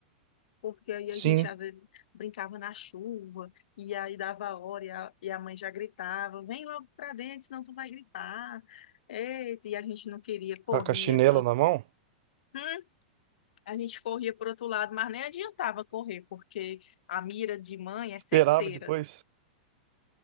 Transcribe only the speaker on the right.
Sim,
a com a chinela
na mão,
esperava
depois.